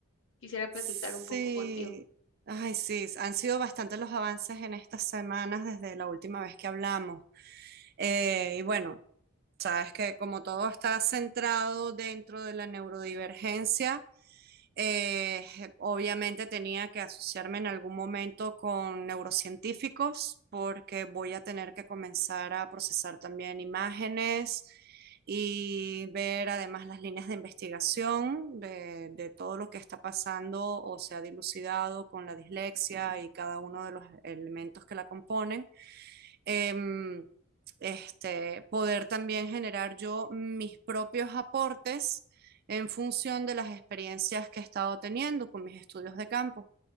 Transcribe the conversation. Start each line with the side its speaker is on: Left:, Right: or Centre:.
Left: quisiera platicar
Right: sí.
Left: un poco contigo.
Right: Ay, sí, han sido bastantes los avances en estas semanas desde la última vez que hablamos. Eh, y bueno, sabes que como todo está centrado dentro de la neurodivergencia, Eh, obviamente tenía que asociarme en algún momento con neurocientíficos porque voy a tener que comenzar a procesar también imágenes y ver además las líneas de investigación de, de todo lo que está pasando o se ha dilucidado con la dislexia y cada uno de los elementos que la componen. Em, este, poder también generar yo mis propios aportes en función de las experiencias que he estado teniendo con mis estudios de campo.